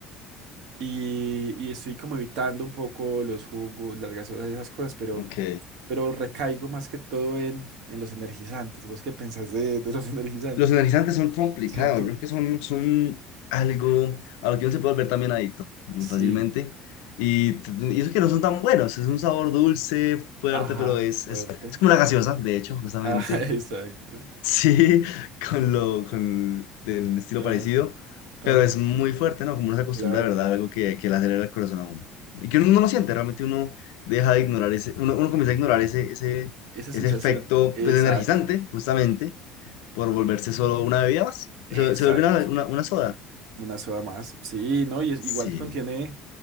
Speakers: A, on the right; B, on the left.
A: Y, y estoy como evitando un poco los jugos, las gaseosas y esas cosas, pero,
B: Ok.
A: pero recaigo más que todo en, en los energizantes. ¿Vos qué pensás de, de los <laughs> energizantes?
B: Los energizantes son complicados,
A: Siento.
B: yo creo que son, son algo a lo que uno se puede volver también adicto muy
A: Sí.
B: fácilmente. Y, t- y eso que no son tan buenos, es un sabor dulce, fuerte,
A: Ajá.
B: pero es,
A: Fuerte.
B: es, es como una gaseosa, de hecho, justamente.
A: Ah, <laughs> exacto.
B: Sí, <laughs> con lo, con el estilo
A: Ajá.
B: parecido,
A: Ajá.
B: pero es muy fuerte, ¿no? Como uno se acostumbra
A: Claro.
B: de verdad a algo que, que le acelera el corazón a uno. Y que uno no lo siente, realmente uno deja de ignorar ese, uno, uno comienza a ignorar ese, ese,
A: Esa
B: ese
A: sensación.
B: efecto
A: Exacto.
B: pues, energizante, justamente por volverse solo una bebida más.
A: Exacto.
B: Se, se vuelve una, una- una soda.
A: Una soda más. Sí, no, y es,
B: Sí.
A: igual contiene